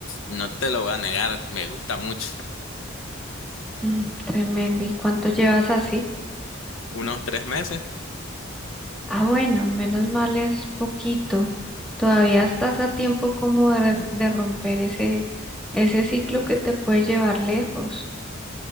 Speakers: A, on the left; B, in the centre.
A: no te lo voy a negar, me gusta mucho.
B: Mm, tremendo. ¿Y cuánto llevas así?
A: Unos tres meses.
B: Ah, bueno, menos mal es poquito. Todavía estás a tiempo como de, de romper ese, ese ciclo que te puede llevar lejos.